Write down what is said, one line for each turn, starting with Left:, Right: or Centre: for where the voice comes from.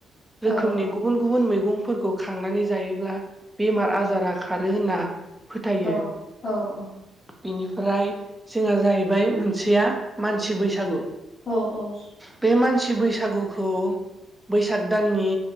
Centre: रोखोमनि
Left: औ औ
Centre: गुबुन गुबुन मैगंफोरखौ खांनानै जायोब्ला बेमार
Left: औ
Centre: आजारा खारो होनना। फोथायो
Left: औ औ औ।
Centre: बेनिफ्राय जोंहा जाहैबाय मोनसेया मानसि बैसागु।
Left: औ औ।
Centre: बे मानसि बैसागुखौ बैसाग दाननि